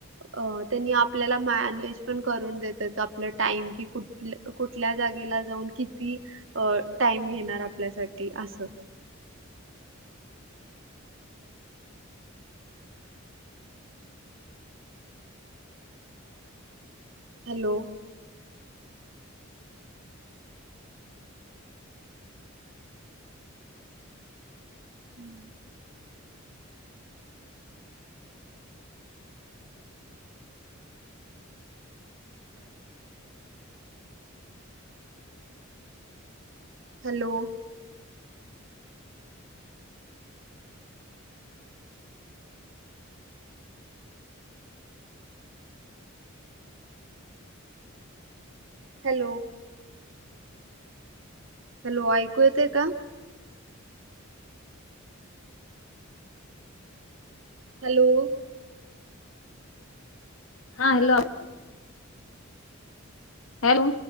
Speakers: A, on the right; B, on the left.
A: अ त्यांनी आपल्याला मॅनेज पण करून देतात. आपलं टाईम कि कु ठ कुठल्या जागेला, जाऊन किती अ टाईम घेणार? आपल्यासाठी आसं हॅलो. हम्म. हॅलो. हॅलो. हॅलो, ऐकू येतय का? हॅलो.
B: हा हॅलो आ हॅलो.